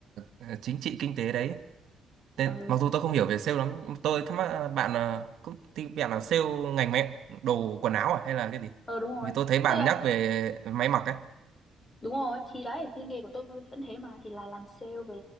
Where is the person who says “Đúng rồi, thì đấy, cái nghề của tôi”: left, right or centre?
Left